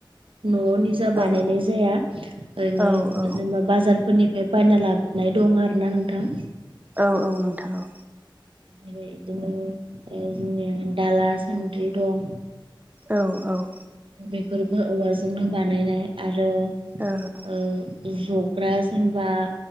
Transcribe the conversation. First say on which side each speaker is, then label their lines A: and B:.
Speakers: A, on the right; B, on the right.
A: नयाव निज दा
B: औ
A: बानायनाय जाया ओरैनो
B: औ औ
A: जेनेबा बाजार फोरनिफ्राय बायना लाबोनाय दं आरोना नोंथां
B: औ औ नोंथां औ
A: ओमफ्राय बिदिनो जोंनिया दाला सान्द्रि दं
B: औ औ
A: बेफोरबो औवाजोंनो बानायनाय आरो
B: औ
A: ओ जग्रा जेनबा